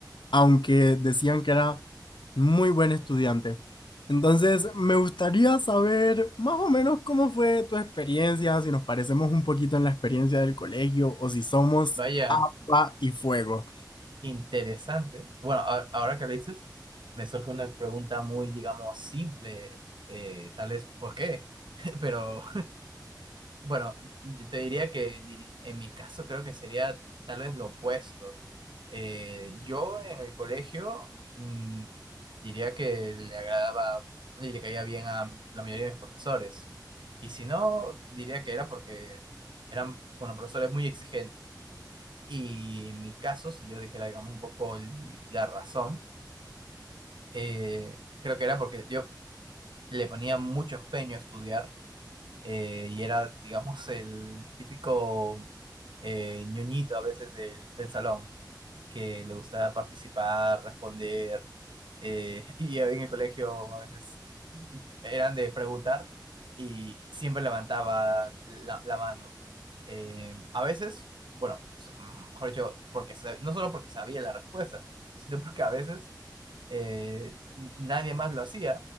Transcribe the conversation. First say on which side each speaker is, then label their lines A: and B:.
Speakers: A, on the left; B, on the right.
A: aunque decían que era muy buen estudiante. Entonces, me gustaría saber más o menos cómo fue tu experiencia, si nos parecemos un poquito en la experiencia del colegio o si somos
B: vaya,
A: pa y fuego.
B: interesante. Bueno, a- ahora que lo dices, me surge una pregunta muy, digamos, simple, eh, tal vez por qué, <laughs> pero bueno, yo te diría que diri- en mi caso creo que sería tal vez lo opuesto. Eh, yo en el colegio mm, diría que le agradaba y le caía bien a la mayoría de mis profesores. Y si no, diría que era porque eran, bueno, profesores muy exigentes Y en mi caso, si yo dijera, digamos, un poco l- la razón, eh, creo que era porque yo le ponía mucho empeño a estudiar eh, y era, digamos, el típico eh, ñoñito a veces del, del salón, que le gustaba participar, responder, eh, <laughs> y en el colegio a veces eran de preguntar y siempre levantaba la, la mano. Eh, a veces, bueno, mm, mejor dicho, porque sa- no solo porque sabía la respuesta, sino porque a veces eh, n- nadie más lo hacía.